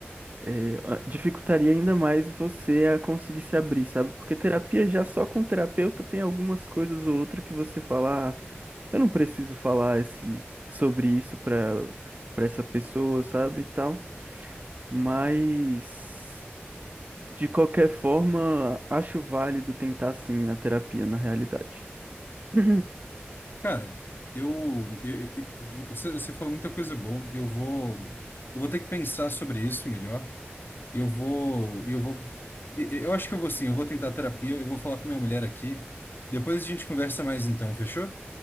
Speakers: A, on the right; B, on the left.
A: é, a- dificultaria ainda mais você a conseguir se abrir, sabe? Porque terapia já só com terapeuta tem algumas coisas ou outra que você fala, ah, eu não preciso falar esse, sobre isso para para essa pessoa, sabe? E tal. Mas de qualquer forma, acho válido tentar sim a terapia na realidade. <laughs> <clears throat>
B: Cara, eu, eu- eu- você, você falou muita coisa boa. Eu vou, eu vou ter que pensar sobre isso melhor. Eu vou, eu vou, e- eu acho que eu vou sim, eu vou tentar terapia, eu vou falar com minha mulher aqui. Depois a gente conversa mais então, fechou?